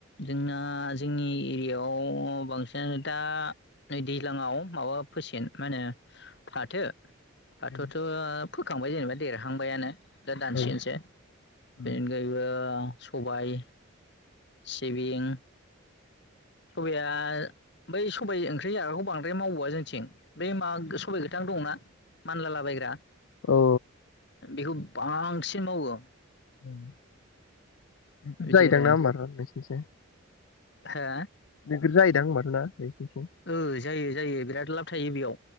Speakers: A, on the left (about 55°); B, on the left (about 75°).
A: जोंना जोंनि एरियायाव बांसिनानो दा नै दैज्लाङाव माबा फोसिगोन मा होनो फाथो फाथोथ
B: औ
A: फोखांबाय जेनेबा देरहांबायानो दा दानसिगोनसो
B: औ
A: <unintelligible>
B: औ
A: सबाय सिबिं सबाया बै सबाय ओंख्रि जाग्राखौ बांद्राय मावबावा जोंथिं बे माबा सबाइ गोथां दंना मानलालाबायग्रा
B: औ
A: बेखौ बांसिन मावो
B: <inaudible> <unintelligible>
A: बिदि
B: जायोदां
A: आरो
B: होमबाथ नोंसिनिथिं
A: हो
B: नोगोर जायोदां होनबाथ ना <unintelligible>
A: ओ जायो जायो बिराद लाब थायो बेयाव